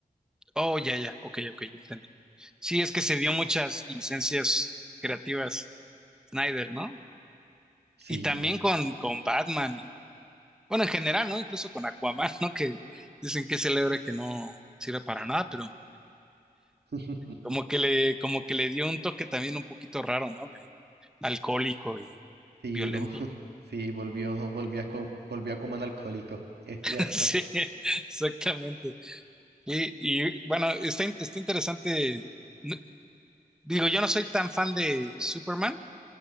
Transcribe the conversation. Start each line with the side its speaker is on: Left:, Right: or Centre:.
Centre: Oh, ya, ya, ok, ok, ya entendí. Sí, es que se dio muchas licencias creativas Snyder, ¿no?
Right: Sí,
Centre: Y también con, con Batman y Bueno, en general, ¿no? Incluso con Aquaman, ¿no? Que dicen que es el héroe que no sirve para nada, pero
Right: <laughs>
Centre: como que le, como que le dio un toque también un poquito raro, ¿no? De alcohólico y
Right: sí,
Centre: violento.
Right: lo, <laughs> sí, volvió, volvió a, co- volvió a comer alcohólico, <laughs> es
Centre: <laughs>
Right: cierto.
Centre: Sí, exactamente. Y, y, bueno, está, in- está interesante. No- Digo, yo no soy tan fan de Superman,